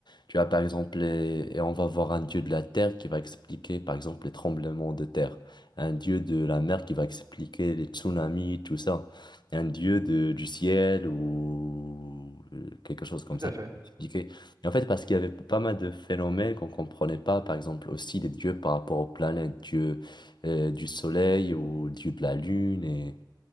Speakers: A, on the left; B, on the right.
A: Tu vois, par exemple, les- et on va voir un dieu de la terre qui va expliquer, par exemple, les tremblements de terre. Un dieu de la mer qui va expliquer les tsunamis, tout ça. Un dieu de- du ciel ou euh, quelque chose comme
B: Tout
A: ça
B: à fait.
A: qui va expliquer. Et en fait, parce qu'il y avait pas mal de phénomènes qu'on ne comprenait pas, par exemple, aussi des dieux par rapport aux planètes, dieu euh, du soleil ou dieu de la lune. et.